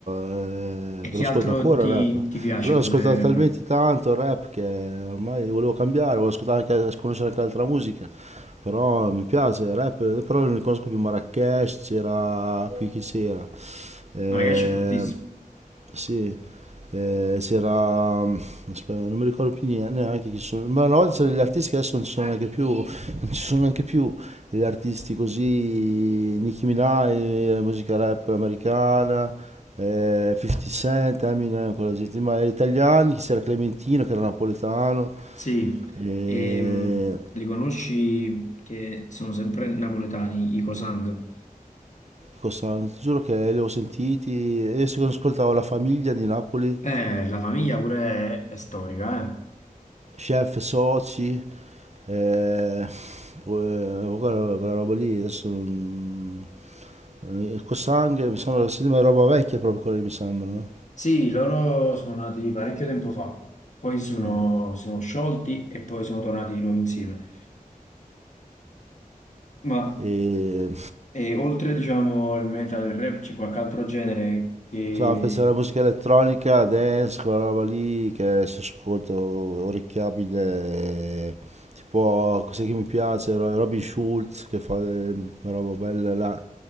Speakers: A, on the right; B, on the left.
A: eh,
B: E chi
A: ve lo ascolto
B: altro
A: ancora
B: ti,
A: il rap, eh.
B: ti piace
A: però l'ho
B: come
A: ascoltato
B: rapper?
A: talmente tanto il rap che ormai volevo cambiare, volevo ascoltare anche, conoscere anche altra musica. Però mi piace il rap, però non conosco più Marrakesh, c'era, qui chi c'era? Eh,
B: Marracash è fortissimo.
A: sì, eh, c'era... mm, aspetta, non mi ricordo più nie- neanche chi sono. Ma una volta c'erano gli artisti che adesso non ci sono neanche più. Non ci sono neanche più gli artisti così. Nicki Minaj, eh, musica rap americana, eh, 50 Cent, Eminem, quella gente. Ma gli italiani, che c'era Clementino che era napoletano.
B: Sì,
A: E...
B: e, li conosci che sono sempre napoletani, i Cosang.
A: Costano, ti giuro che li ho sentiti. Io se ascoltavo la famiglia di Napoli,
B: Eh, la famiglia pure è, è storica, eh.
A: chef, soci, Eh, poi- eh, quella, quella roba lì adesso mm, eh, Cosang mi sembra si chiama roba vecchia proprio quella lì mi sembra no?
B: Sì, loro sono nati parecchio tempo fa, poi sono,
A: Ah.
B: si sono sciolti e poi sono tornati di nuovo insieme. Ma
A: e
B: eh, oltre, diciamo, il metal e il rap, c'è qualche altro genere che...
A: stavamo pensando alla musica elettronica dance quella roba lì che si ascolta o- orecchiabile eh, tipo cos'è che mi piace Ro- Robin Schulz che fa eh, una roba bella là